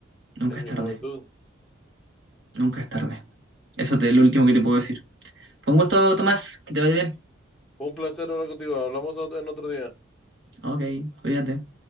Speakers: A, on the right; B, in the centre.
A: Nunca
B: en
A: es
B: mi
A: tarde,
B: juventud.
A: nunca es tarde. Eso es lo último que te puedo decir. Fue Un gusto, Tomás, que te vaya bien.
B: Fue un placer hablar contigo. Hablamos ot- en otro día.
A: Ok, cuídate.